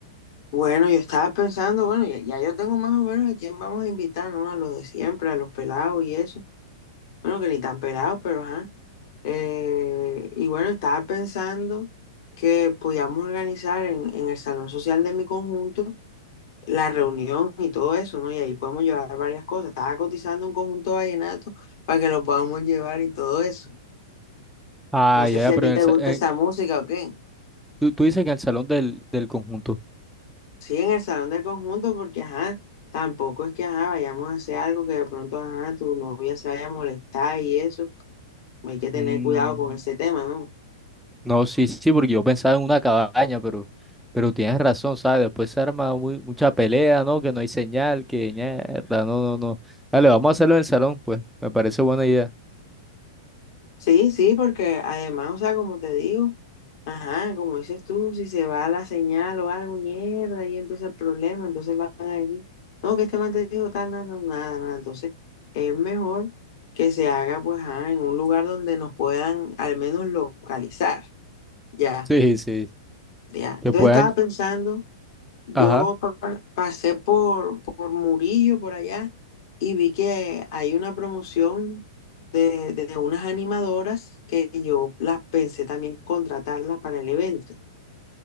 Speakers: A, on the left; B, in the centre.
A: Bueno, yo estaba pensando, bueno, ya, ya yo tengo más o menos a quién vamos a invitar, ¿no? A los de siempre, a los pelados y eso. Bueno, que ni tan pelados, pero ajá. Eh, y bueno, estaba pensando que podíamos organizar en, en el salón social de mi conjunto la reunión y todo eso, ¿no? Y ahí podemos llevar varias cosas. Estaba cotizando un conjunto vallenato para que lo podamos llevar y todo eso.
B: Ah,
A: No
B: ya,
A: sé si
B: ya, pero
A: a ti
B: en el
A: te
B: sa-
A: gusta
B: en-
A: esa música o qué.
B: tú, tú dices que en el salón del, del conjunto.
A: Sí, en el salón del conjunto, porque ajá, tampoco es que ajá, vayamos a hacer algo que de pronto ajá, tu novia se vaya a molestar y eso. Hay que tener
B: Mm.
A: cuidado con ese tema, ¿no?
B: No, sí, sí, porque yo pensaba en una cabaña, pero, pero tienes razón, ¿sabes? Después se arma muy, mucha pelea, ¿no? Que no hay señal, que mierda, no, no, no. Dale, vamos a hacerlo en el salón, pues, me parece buena idea.
A: Sí, sí, porque además, o sea, como te digo, ajá, como dices tú, si se va la señal o algo, mierda, ahí empieza el problema, entonces van a decir, no, que este man te dijo tal, nada, nada, nada, nada". entonces es mejor que se haga, pues, ajá, en un lugar donde nos puedan al menos localizar, ya,
B: Sí, sí,
A: ya.
B: que
A: Entonces
B: puedan,
A: estaba pensando yo
B: ajá,
A: pa- pasé por, por Murillo, por allá, y vi que hay una promoción de, de unas animadoras que yo las pensé también contratarlas para el evento.